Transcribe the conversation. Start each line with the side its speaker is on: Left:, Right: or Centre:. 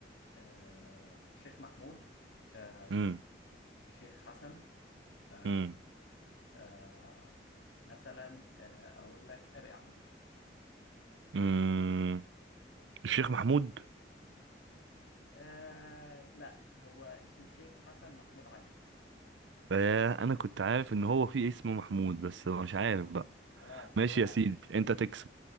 Left: آه شيخ محمود آه
Right: امم
Left: شيخ حسن آه
Right: امم
Left: آه، مثلا آه أقول لك أبي أحمد
Right: امم الشيخ محمود
Left: آه لا هو اسمه شيخ حسن محمود علي
Right: آه انا كنت عارف ان هو في اسمه محمود بس مش عارف بقى
Left: اه
Right: ماشي
Left: هو
Right: يا سيدي انت تكسب